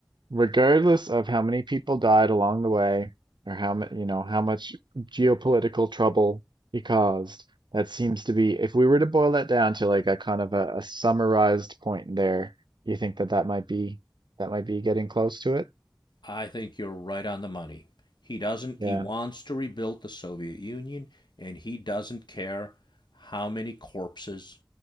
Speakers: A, on the right (about 75°); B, on the left (about 75°).
A: regardless of how many people died along the way or how much, you know, how much geopolitical trouble he caused. That seems to be, if we were to boil that down to like a kind of a, a summarized point there, you think that that might be that might be getting close to it?
B: I think you're right on the money. He doesn't,
A: Yeah.
B: he wants to rebuild the Soviet Union, and he doesn't care how many corpses